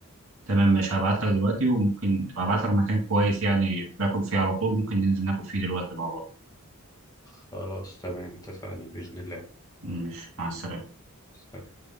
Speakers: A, on the right; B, on the left.
A: تمام مش هبعت لك دلوقتي وممكن ابعت لك مكان كويس يعني باكل فيه على طول ممكن ننزل ناكل فيه دلوقتي مع بعض
B: خلاص تمام اتفقنا باذن الله
A: مش مع السلامه
B: سلام